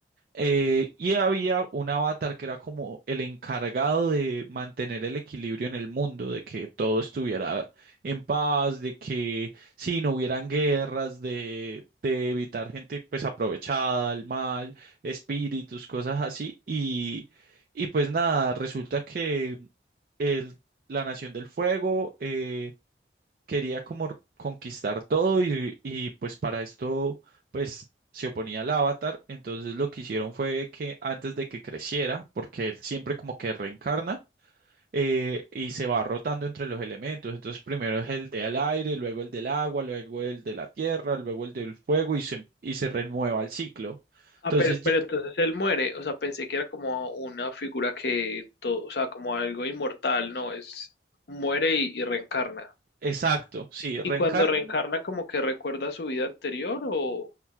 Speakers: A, on the right; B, on the left.
A: Eh, y había un avatar que era como el encargado de mantener el equilibrio en el mundo, de que todo estuviera en paz, de que si no hubieran guerras, de, de evitar gente pues aprovechada, el mal, espíritus, cosas así. Y, y pues nada, resulta que el, la Nación del Fuego eh, quería como conquistar todo y, y pues para esto pues se oponía al avatar, entonces lo que hicieron fue que antes de que creciera, porque él siempre como que reencarna eh, y se va rotando entre los elementos, entonces primero es el del aire, luego el del agua, luego el de la tierra, luego el del fuego y se, y se renueva el ciclo. Entonces,
B: Ah, pero,
A: ye-
B: pero entonces él muere, o sea, pensé que era como una figura que todo, o sea, como algo inmortal, no, es muere y, y reencarna.
A: exacto, sí, reencarna.
B: ¿Y cuando reencarna como que recuerda su vida anterior o,